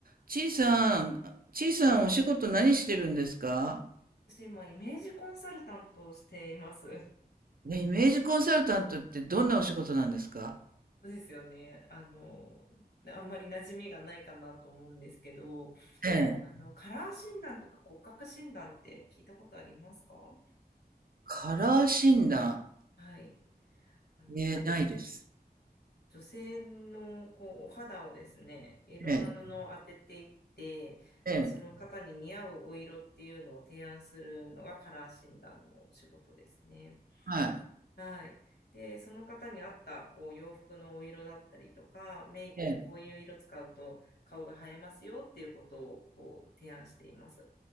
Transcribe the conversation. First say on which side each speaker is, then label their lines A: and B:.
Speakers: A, on the right (about 60°); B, on the left (about 80°).
A: ちいさん、ちいさんお仕事何してるんですか
B: 私今、イメージコンサルタントをしています。<laughs>
A: ね、イメージコンサルタントってどんなお仕事なんですか
B: そうですよね。あの、あんまり馴染みがないかなと思うんですけど、
A: ええ。
B: あの、カラー診断とか骨格診断って聞いたことありますか
A: カラー診断。
B: はい。あの、
A: ええ、ないです。
B: 女性のこうお肌をですね、いろんな布を当てていって、
A: ええ、ええ、
B: まあ、その方に似合うお色っていうのを提案するのがカラー診断のお仕事ですね。
A: はい。
B: はい。で、その方に合った、こう、洋服のお色だったりとか、メイクでこういう色使うと顔が映えますよっていうことを、
A: ええ、
B: こう、提案しています。